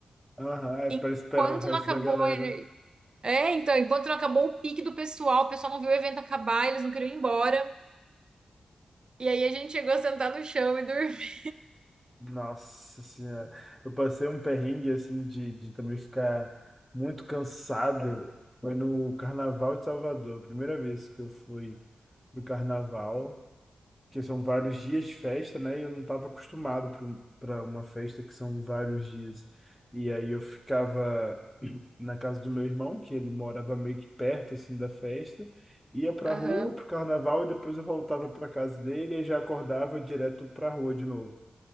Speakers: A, in the centre; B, on the right.
A: Aham, é
B: Enquanto
A: para esperar o resto
B: não acabou.
A: da galera.
B: É, então, enquanto não acabou o pique do pessoal, o pessoal não viu o evento acabar, eles não queriam ir embora. E aí a gente chegou a sentar no chão e dormir.
A: Nossa Senhora. Eu passei um perrengue, assim, de, de também ficar muito cansado. Foi no Carnaval de Salvador, a primeira vez que eu fui pro Carnaval, que são vários dias de festa, né? E eu não estava acostumado para uma festa que são vários dias. E aí eu ficava. na casa do meu irmão, que ele morava meio que perto assim da festa, ia pra
B: Ah,
A: rua
B: Aham.
A: pro carnaval e depois eu voltava pra casa dele e já acordava direto pra rua de novo.